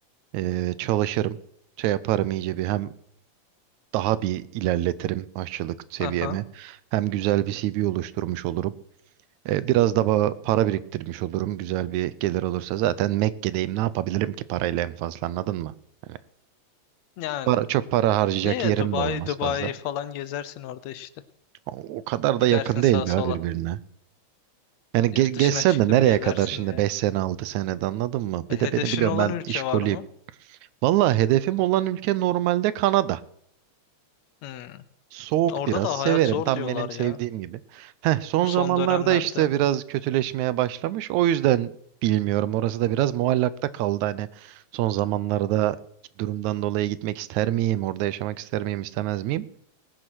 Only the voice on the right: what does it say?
e, çalışırım. Şey yaparım iyice bir hem daha bir ilerletirim aşçılık seviyemi.
Hem güzel bir CV oluşturmuş olurum. E, biraz da ba- para biriktirmiş olurum. Güzel bir gelir olursa. Zaten Mekke'deyim. Ne yapabilirim ki parayla en fazla anladın mı? Hani
para, çok para harcayacak
yerim
de olmaz
fazla.
O, o kadar
da yakın
değil ya
birbirine. Yani
ge geçsen
de nereye
kadar şimdi
5 sene 6 senede anladın mı? Bir
de beni biliyorum
ben
işkoliyim.
Valla hedefim olan ülke normalde Kanada.
Soğuk
biraz
severim.
Tam
benim
sevdiğim gibi. Heh, son
zamanlarda
işte biraz kötüleşmeye başlamış. O yüzden bilmiyorum. Orası da biraz muallakta kaldı. Hani son zamanlarda durumdan dolayı gitmek ister miyim? Orada yaşamak ister miyim, istemez miyim?